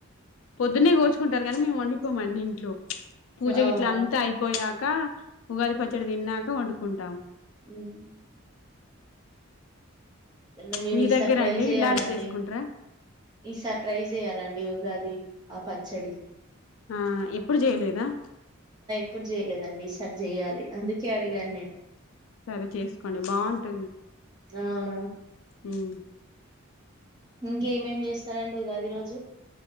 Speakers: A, on the left; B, on the right.
A: పొద్దున్నే గోచుకుంటారు గానీ మేము వండుకోమండి ఇంట్లో పూజ
B: అవునా
A: గిట్ల అంతా అయిపోయాక ఉగాది పచ్చడి తిన్నాక వండుకుంటాం
B: హ్మ్. అే మేము
A: మీ
B: ఈసారి
A: దగ్గర
B: ట్రై
A: అండి
B: చేయాలండి
A: ఇలాంటి చేసుకుంటారా
B: ఈసారి ట్రై చేయాలండి ఉగాది ఆ పచ్చడి
A: ఆ ఎప్పుడు చేయలేదా
B: ఇప్పుడు చేయలేదండి ఈసారి చేయాలి అందుకే అడిగాను నేను
A: సరే చేసుకోండి బాగుంటుంది
B: అవునా
A: ఉమ్
B: ఇంకేమేమి చేస్తారండి ఉగాది రోజు